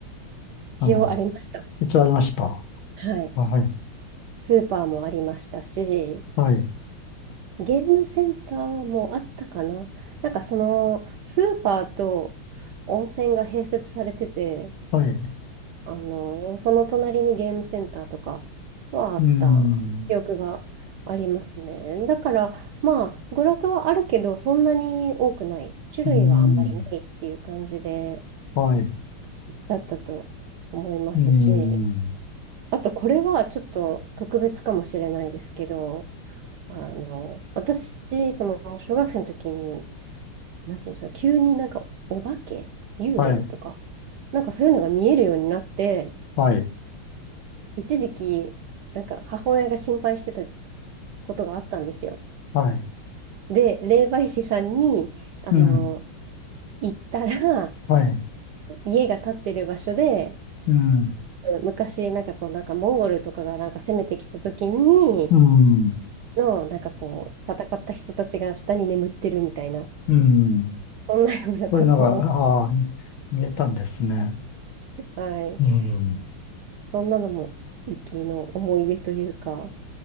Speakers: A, on the left; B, on the right.
A: あの、
B: 一応ありました。
A: 一応ありました。
B: はい。
A: あはい、
B: スーパーもありましたし、
A: はい、
B: ゲームセンターもあったかな。なんかその、スーパーと温泉が併設されてて、
A: はい。う
B: あの、その隣にゲームセンターとかはあった記憶がありますね。
A: ーん、
B: だから、まあ、娯楽はあるけど、そんなに多くない。種類はあんまりないっていう感じで、
A: うーん、はい、う
B: だったと思いますし、
A: ーん、
B: あと、これはちょっと特別かもしれないですけど、あの、私、その、小学生の時に、なんていうんですか、急になんか、お化け、幽霊とか、
A: はい、
B: なんかそういうのが見えるようになって、
A: はい、
B: 一時期、なんか母親が心配してたことがあったんですよ。
A: はい、
B: で、霊媒師さんに、あの、
A: うん、
B: 行ったら、
A: はい、
B: 家が建ってる場所で、
A: うん、
B: あの昔、なんかこう、なんかモンゴルとかがなんか攻めてきた時に、
A: うん、
B: の、なんかこう、戦った人たちが下に眠ってるみたいな、
A: うん。
B: そんなようなことを、
A: そういうのが、ああ、見見えたんですね。
B: <laughs> はい。
A: うん。
B: そんなのも、息の思い出というか、